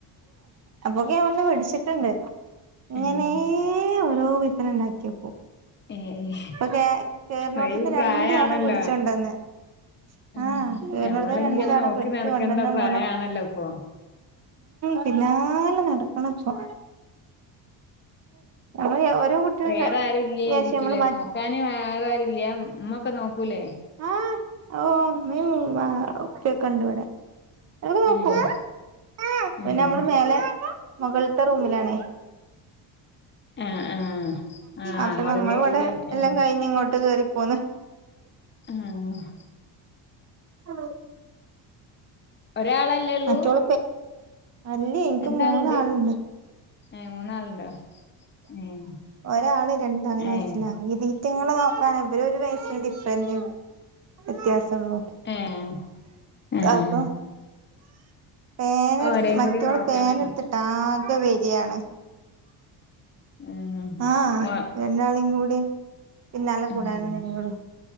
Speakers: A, on the right; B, on the left.
A: അപ്പൊക്കെ ഞാൻ വന്ന് പിടിച്ചിട്ടുണ്ട്. ഇങ്ങനെ
B: ഏഹ്
A: ഓരോ പിത്തന്ന ഇണ്ടാക്കി വെക്കും
B: ഏഹ്
A: ഇപ്പൊ കേറണോടത്തന്ന്
B: അത് ഈ
A: രണ്ടു
B: പ്രായാണല്ലോ
A: തവണ പിടിച്ചോണ്ടന്ന്
B: ഉം
A: ആഹ് കേറണോടത്തിന്ന്
B: ഞമ്മളിങ്ങനെ
A: രണ്ട് തവണ
B: നോക്കി
A: പിടിച്ചു
B: നടക്കണ്ട
A: കൊണ്ടന്ന്
B: പ്രായാണല്ലോ
A: മൂന്നാ
B: ഇപ്പൊ
A: പിന്നാലെ നടക്കണപ്പോ നമ്മള് ഓരോ കുട്ടികളുടെ
B: വേറെ ആരും ഇല്ലേരിക്കുലേ
A: വിചാരിച്ച് നമ്മള് മ
B: നോ നോക്കാന് വേറെ ആരൂല്ല ഉമ്മൊക്കെ നോക്കൂലേ
A: ആഹ് ഉമ്മേം ഉപ്പക്കൊണ്ട് ഇവടെ അവരൊക്കെ
B: ഏഹ്
A: നോക്കും പിന്നെ
B: ഏഹ്
A: നമ്മള് മേലെ മുകളിത്തെ റൂമിലാണേ
B: ആഹ് ആഹ്
A: അപ്പൊ
B: അങ്ങോട്ട്
A: നമ്മള്
B: കേറി
A: ഇവടെ
B: കഴി
A: എല്ലാം
B: ആഹ്
A: കഴിഞ്ഞ് ഇങ്ങോട്ട് കേറിപ്പോന്ന്.
B: ആഹ്
A: ഹലോ
B: ഒരാളല്ലേ ഉള്ളൂ
A: മറ്റോൾ അല്ല എനിക്ക്
B: രണ്ടാളുണ്ട്
A: മൂന്നാളുണ്ട്.
B: ഏഹ് മൂന്നാളുണ്ടോ? ഏഹ്
A: ഒരാള് രണ്ടാം ക്ലാസ്സില
B: ഏഹ്
A: ഇതി വറ്റങ്ങളെ നോക്കാന ഇവര് ഒരു വയസ്സിൻ്റെ ഡിഫ്രൻ്റ് ഇണ്ട് വ്യത്യാസൊള്ളൂ
B: ഏഹ് ആഹ്
A: അപ്പൊ പേന എടുത്ത്
B: ഓരേം
A: മറ്റോള്
B: കൂടി നോക്കണല്ലോ
A: പേന എടുത്തി ആകെ വലിയാണ്.
B: ഉം
A: ആഹ്
B: ഓ
A: രണ്ടാളീം കൂടി പിന്നാലെ
B: ഉം
A: കൂടാന നേരൊള്ളു